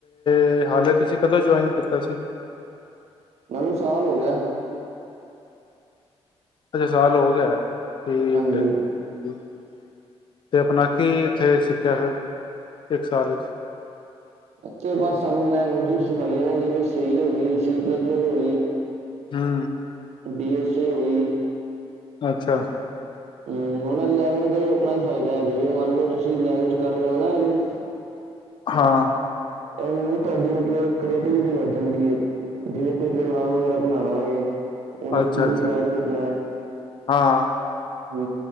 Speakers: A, on the left (about 45°); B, on the right (about 85°).
A: ਤੇ ਹਾਲੇ ਤੁਸੀਂ ਕਦੋਂ ਜੁਆਇਨ ਕੀਤਾ ਸੀ।
B: ਮੈਨੂੰ ਸਾਲ ਹੋ ਗਿਆ
A: ਅੱਛਾ ਸਾਲ ਹੋ ਗਿਆ ਠੀਕ
B: ਹਾਂਜੀ
A: ਹੈ ਠੀਕ ਅਤੇ ਆਪਣਾ ਕੀ ਇੱਥੇ ਸਿੱਖਿਆ ਫਿਰ ਇੱਕ ਸਾਲ ਚ
B: ਉੇ ਬਸ ਸਾਨੂੰ ਲੈਂਗੁਏਜ ਸਿਖਾਈਆਂ ਨੇ ਜਿਵੇਂ ਸੀ ਹੋ ਗਈ ਸੀ ਪਲੱਸ ਪਲੱਸ ਹੋ ਗਈ
A: ਹਾਂ
B: ਬੀ ਐੱਸ ਏ ਹੋ ਗਈ
A: ਅੱਛਾ
B: ਹਮ ਉਹਨਾ ਲੈਂਗੁਏਜ ਦਾ ਹੀ ਆਪਣਾ ਹੀ ਫਾਇਦਾ ਜਿਵੇਂ ਮੰਨ ਲਓ ਤੁਸੀਂ ਲੈਂਗੁਏਜ ਕਰ <unintelligible>
A: ਹਾਂ
B: ਇਹ ਤੁਹਾਡੀ ਮਤਲਬੀ ਕ੍ਰੇਟੀਵਿਟੀ ਵਧ ਜਾਂਦੀ ਹੈ ਜਿਵੇਂ ਕੋਈ ਪ੍ਰੋਗਰਾਮ ਵਗੈਰਾ ਬਣਾਉਣਾ ਹੋਏ ਔਰ ਇਸ
A: ਅੱਛਾ
B: ਕੀ
A: ਅੱਛਾ
B: ਕੀ ਐਡ ਕਰਨਾ ਐ।
A: ਹਾਂ
B: ਹੂ